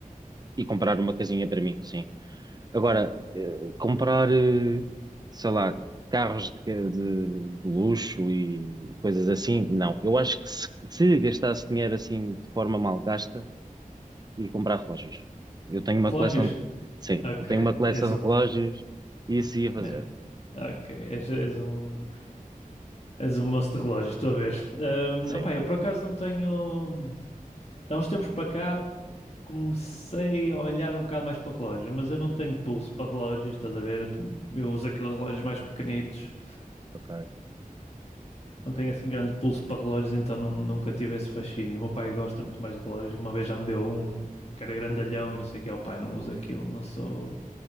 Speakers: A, on the right; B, on the left.
A: e comprar uma casinha para mim, sim. Agora, eh, comprar, eh, sei lá, carros de, de- de luxo e coisas assim, não. Eu acho que se, se gastasse dinheiro assim de forma mal gasta, ia comprar relógios. Eu tenho uma
B: Relógios?
A: coleção de, sim,
B: Ok.
A: eu tenho uma coleção
B: És um.
A: de relógios e isso ia fazer,
B: Yeah. Ok. És, és um. És um moço de relógios, estou a ver. Ahm,
A: sim.
B: opá, eu por acaso não tenho. Há uns tempos para cá comecei a olhar um bocado mais para relógios, mas eu não tenho pulso para relógios, estás a ver? Eu, te- eu uso aqueles relógios mais pequenitos.
A: Ok.
B: Não tenho assim grande pulso para relógios, então não- nunca tive esse fascínio. O meu pai gosta muito mais de relógios. Uma vez já me deu um que era grandalhão e não sei o que. O pai não usa aquilo, não sou.